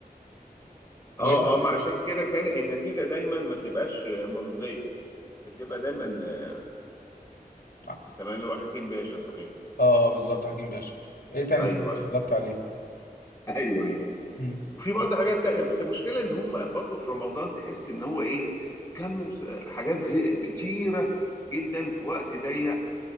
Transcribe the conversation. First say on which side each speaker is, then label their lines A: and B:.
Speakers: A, on the left (about 15°); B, on the left (about 75°).
A: اه
B: وايه
A: اه ما عشان كده كان النتيجه دايما ما تبقاش مرضيه بتبقى دايما آه،
B: اه
A: تمام اللي هو حكيم باشا صحيح
B: آه، بالظبط حكيم باشا ايه تاني
A: ايوه
B: طيب اتفرجت
A: ايوه
B: عليه
A: <laughs> ايوه ايوه
B: مم.
A: وفي برضه حاجات تانية بس المشكلة إن هم برضه في رمضان تحس إن هو إيه كم مس- حاجات غي- كتيرة جدا في وقت ضيق